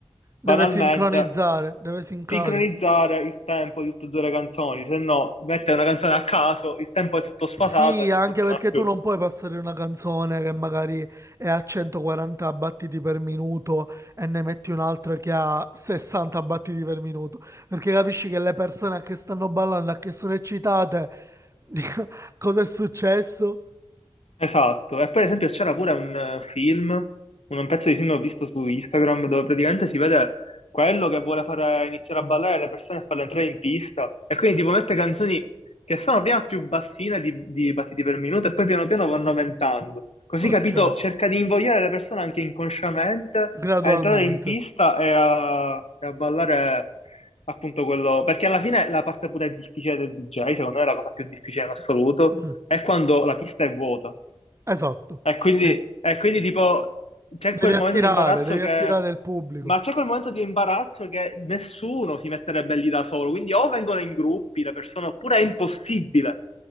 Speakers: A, on the left; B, on the right.
A: banalmente
B: Deve sincronizzare, deve sincare.
A: sincronizzare il tempo di tutte e due le canzoni, se no mette una canzone a caso, il tempo è tutto sfasato
B: Sì,
A: e
B: anche
A: non funziona
B: perché
A: più.
B: tu non puoi passare una canzone che magari è a 140 battiti per minuto e ne metti un'altra che ha 60 battiti per minuto, perché capisci che le persone che stanno ballando, che sono eccitate, <laughs> cosa è successo?
A: Esatto, e poi ad esempio c'era pure un eh, film, un pezzo di film che ho visto su Instagram dove praticamente si vede quello che vuole fare iniziare a ballare le persone e farle entrare in pista e quindi tipo mette canzoni che sono prima più bassine di, di battiti per minuto e poi piano piano vanno aumentando. Così
B: Ok,
A: capito, cerca di invogliare le persone anche inconsciamente
B: gradualmente.
A: a entrare in pista e a, e a ballare appunto quello, perché alla fine la parte pure difficile del DJ, secondo me è la cosa più difficile in assoluto,
B: Mm,
A: è quando la pista è vuota
B: esatto,
A: e quindi,
B: sì.
A: e quindi tipo c'è
B: Devi
A: quel
B: attirare,
A: momento di imbarazzo
B: devi
A: che...
B: attirare il pubblico.
A: Ma c'è quel momento di imbarazzo che nessuno si metterebbe lì da solo, quindi o vengono in gruppi le persone, oppure è impossibile